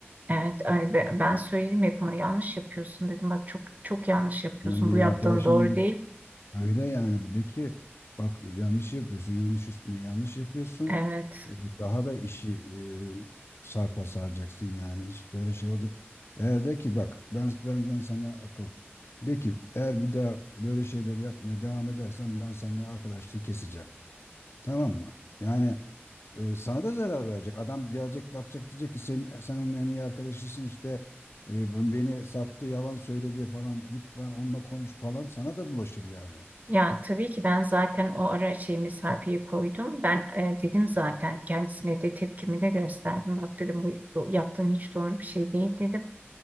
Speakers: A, on the right; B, on the left.
A: evet ay be- ben söyledim hep ona yanlış yapıyorsun dedim. Bak çok çok yanlış yapıyorsun.
B: Yani bir
A: Bu yaptığın
B: arkadaşına
A: doğru değil.
B: Öyle yani bir bak yanlış yapıyorsun, yanlış üstüne yanlış yapıyorsun.
A: Evet.
B: Ee, Daha da işi e, sarpa saracaksın yani hiç böyle şey olacak. Eğer de ki bak ben benden sana akıl. De ki eğer bir daha böyle şeyler yapmaya devam edersen ben seninle arkadaşlığı keseceğim. Tamam mı? Yani e, sana da zarar verecek. Adam gelecek bakacak diyecek ki sen, sen onun en iyi arkadaşısın işte e, ben- beni sattı yalan söyledi falan git ben onunla konuş falan sana da bulaşır yani.
A: Ya tabii ki ben zaten o ara şey mesafeyi koydum. Ben e, dedim zaten kendisine de tepkimi de gösterdim. Bak dedim bu bu yaptığın hiç doğru bir şey değil dedim.